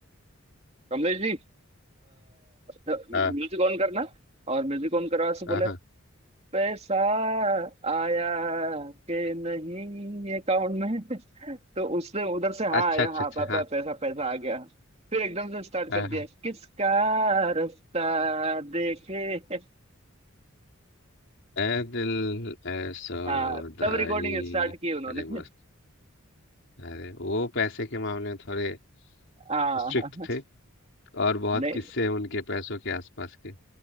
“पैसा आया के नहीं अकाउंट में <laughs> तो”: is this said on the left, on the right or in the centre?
Right